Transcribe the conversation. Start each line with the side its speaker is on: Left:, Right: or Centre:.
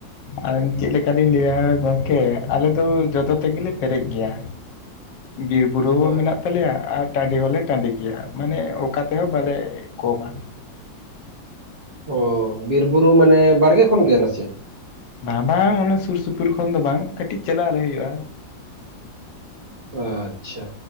Left: ᱟᱫᱚ ᱪᱮᱫ ᱞᱮᱠᱟᱞᱤᱧ ᱞᱟᱹᱭᱟ ᱜᱚᱝᱠᱮ ᱟᱞᱮ ᱫᱚ ᱡᱚᱛᱚ ᱛᱤᱜᱤᱞᱮ ᱯᱮᱨᱮᱡ ᱜᱮᱭᱟ᱾ ᱵᱤᱨ ᱵᱩᱨᱩ
Right: ᱦᱳᱭ,
Left: ᱢᱮᱱᱟᱜ ᱛᱟᱞᱮᱭᱟ ᱟᱨ ᱴᱟᱺᱰᱤ ᱦᱚᱸᱞᱮ ᱴᱟᱺᱰᱤ ᱜᱮᱭᱟ, ᱢᱟᱱᱮ ᱚᱠᱟ ᱛᱮᱦᱚᱸ ᱵᱟᱞᱮ ᱠᱚᱢᱟ᱾
Right: ᱚ ᱵᱤᱨ ᱵᱩᱨᱩ ᱢᱟᱱᱮ ᱵᱟᱲᱜᱮ ᱠᱷᱚᱱ ᱜᱮ ᱱᱟᱥᱮ᱾
Left: ᱵᱟᱝ ᱵᱟᱝ ᱚᱱᱟ ᱥᱩᱨ ᱥᱩᱯᱩᱨ ᱠᱷᱚᱱ ᱫᱚ ᱵᱟᱝ ᱠᱟᱹᱴᱤᱡ ᱪᱟᱞᱟᱜ ᱟᱞᱮ ᱦᱩᱭᱩᱜᱼᱟ᱾
Right: ᱟᱪᱪᱷᱟ᱾